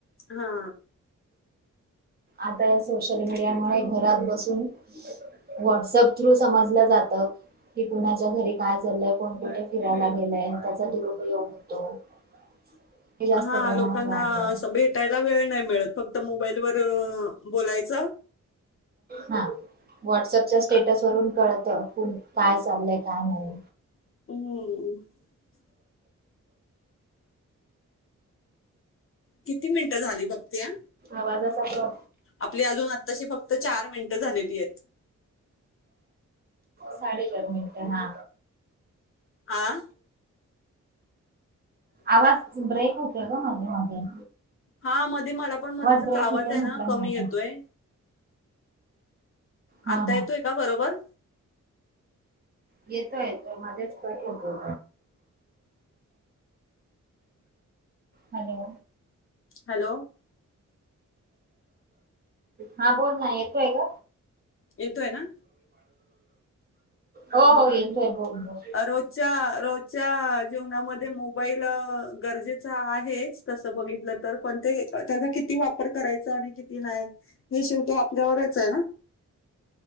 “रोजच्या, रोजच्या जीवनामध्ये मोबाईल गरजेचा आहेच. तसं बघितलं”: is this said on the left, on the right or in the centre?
Left